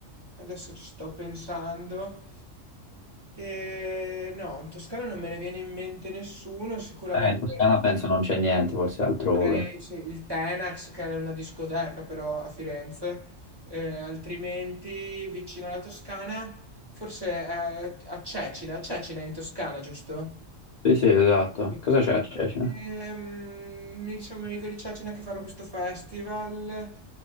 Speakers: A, on the right (about 20°); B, on the left (about 55°).
A: Adesso ci sto pensando. Eh, no, in Toscana non me ne viene in mente nessuno, sicuramente.
B: Eh, in Toscana penso non c'è niente, forse altrove.
A: Magari sì, il Tenax, che era una discoteca però a Firenze, Eh, altrimenti vicino alla Toscana, forse eh, a Cecina, a Cecina è in Toscana, giusto?
B: Sì, sì, esatto.
A: Sì.
B: Cosa c'è a Cecina?
A: Ehm, mi diceva un mio amico di Cecina che fanno questo festival,